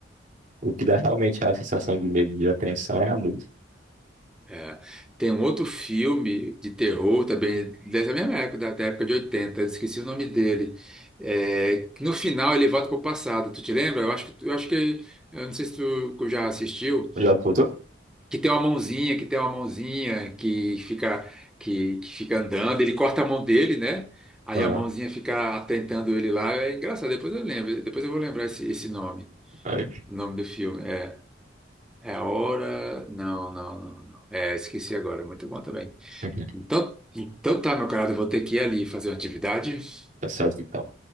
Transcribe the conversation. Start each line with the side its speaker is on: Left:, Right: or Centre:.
Right: O que dá realmente a sensação de medo e de apreensão é a música.
Centre: É. Tem um outro filme de terror também, dessa mesma época, da, da época de oitenta eu esqueci o nome dele. É, que no final ele volta pro passado, tu te lembra? Eu acho que, eu acho que, eu não sei se tu já assistiu,
Right: Já voltou?
Centre: que tem uma mãozinha, que tem uma mãozinha que fica, que, que fica andando, ele corta a mão dele, né? Aí
Right: Ah,
Centre: a mãozinha fica atentando ele lá, é engraçado, depois eu lembro, depois eu vou lembrar esse, esse nome,
Right: aí.
Centre: o nome do filme, é. É a hora. Não, não, não, não. É, esqueci agora. Muito bom também.
Right: <laughs>
Centre: Então, então tá, meu camarada, eu vou ter que ir ali fazer uma atividade,
Right: tá certo então.